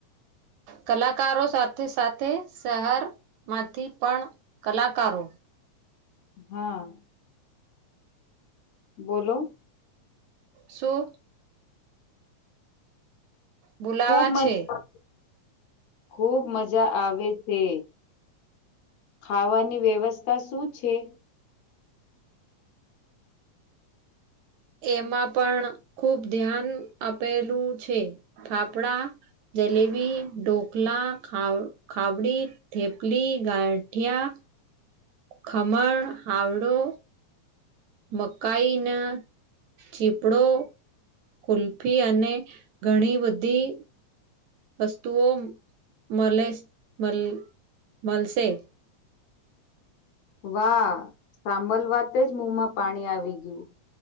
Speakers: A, on the right; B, on the left.
A: કલાકારો સાથે સાથે શહર માંથી પણ કલાકારો.
B: હા. બોલો.
A: શું? બોલાવા
B: ખૂબ મઝા
A: છે
B: ખૂબ મજા આવે છે. ખાવાની વ્યવસ્થા શું છે.
A: એમાં પણ ખુબ ધ્યાન આપેલું છે ફાફડા જલેબી, ઢોકલા ખા ખાબડી થેપલી, ગાંઠિયા, ખમણ હાવડો મકાઈના ચીપડો કુલ્ફી અને ઘણી બધી વસ્તુઓ મળે મલ મળશે.
B: વાહ સાંભલ વાતે જ મોમાં પાણી આવી ગીયું.